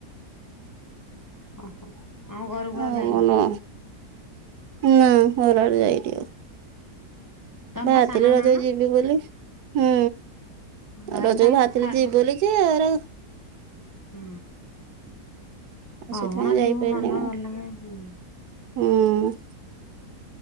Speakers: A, on the left; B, on the right.
A: ଓହୋ। ଆମ ଘରକୁ
B: ମୋ
A: ଆଉ ଯାଇନ
B: ମନ, ନା ଘରଆଡେ ଯାଇନି ଆଉ।
A: ତମେ
B: ଭାହାରିଥିଲି
A: ପା ସାନ
B: ରଜକୁ
A: ନାଆଣ?
B: ଯିବି ବୋଲି। ହୁଁ,
A: ଘରେ
B: ରଜକୁ
A: ତାହେଲେ
B: ଭାହାରିଥିଲି
A: ଖା
B: ଯିବି ବୋଲି <unintelligible>
A: ହୁଁ। କଣ
B: ସେଥିପାଇଁ ଯାଇପାରିଲିନି
A: ଯିବୁ ମନ ଭଲ ଲାଗେ ହୁଁ।
B: ହୁଁ।